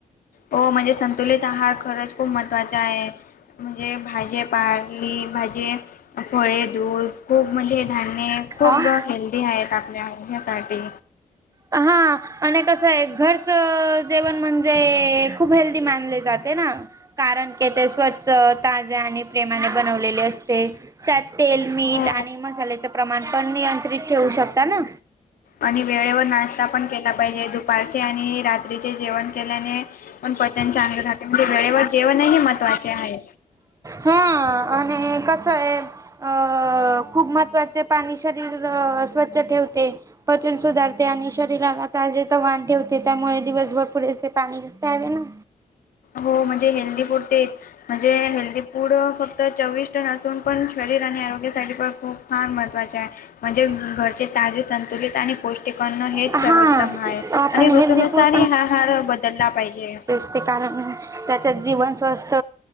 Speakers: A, on the left; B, on the right.
A: हो म्हणजे संतुलित आहार खरंच खूप महत्त्वाचा आहे. म्हणजे भाजी पारली भाजी फळे दूध खूप म्हणजे धान्य खूप
B: आ
A: हेल्दी आहेत आपल्या ह्यासाठी
B: हा आणि कसं आहे घरच जेवण म्हणजे खूप हेल्दी मानले जाते ना कारण क ते स्वच ताजे आणि प्रेमाने बनवलेले असते त्यात तेल मीठ
A: हो.
B: आणि मसाल्याच प्रमाणपण नियंत्रित ठेवू शकता ना
A: आणि वेळेवर नाश्ता पण केला पाहिजे दुपारचे आणि रात्रीचे जेवण केल्याने पण पचन चांगले राहते म्हणजे वेळेवर जेवणही महत्वाचे आहे.
B: हा आणि कस आहे अ खूप महत्वाचे पाणी शरीर स्वच्छ ठेवते. पचन सुधारते आणि शरीराला ताजे तर वान ठेवते त्यामुळे दिवसभर े पाणी घवे ना
A: हो म्हणजे हेल्दी फूड ते म्हणजे हेल्दी फूड फक्त चोवीस टन असून पण शरीर आणि आरोग्य साइड खूप फार महत्त्वाचे आहे म्हणजे घरचे ताजे संतुलित आणि पोष्ट ठिकाण हेच
B: हा
A: सर्वोत्तम ह आहे
B: आपण
A: आणि
B: हेल्दी
A: ऋतनुसार
B: फूड
A: ह हा हार बदलला पाहिजे
B: ते कारण त्याच्यात जीवन स्वस्थ